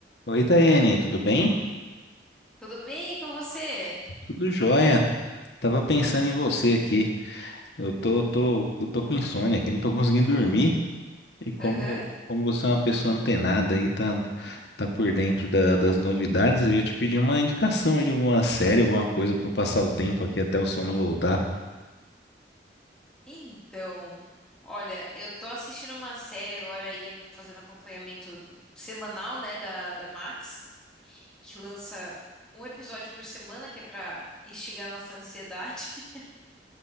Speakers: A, on the left (about 75°); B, in the centre.
A: Oi, Taiane, tudo bem?
B: Tudo bem com você?
A: Tudo jóia. Tava pensando em você aqui. Eu tô, tô, eu tô com insônia aqui, não tô conseguindo dormir. E como,
B: Aham.
A: como você é uma pessoa antenada aí, tá, tá por dentro da- das novidades, eu ia te pedir uma indicação aí de alguma série, alguma coisa pra eu passar o tempo aqui até o sono voltar.
B: Então, olha, eu tô assistindo uma série agora e fazendo acompanhamento semanal, né, da, da Max, que lança um episódio por semana, que é pra instigar nossa ansiedade. <laughs>